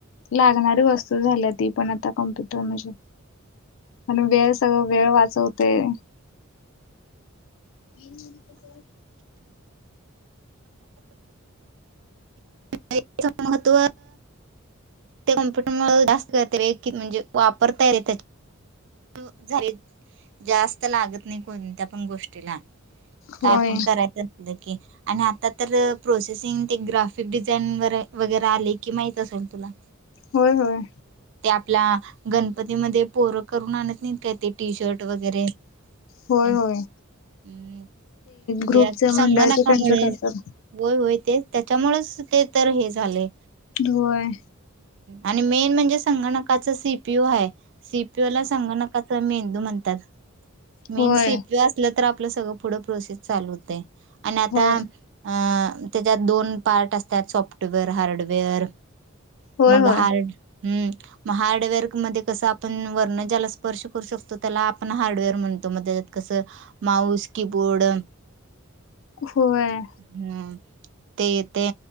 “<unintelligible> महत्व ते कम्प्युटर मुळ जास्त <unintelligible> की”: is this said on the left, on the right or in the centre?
Right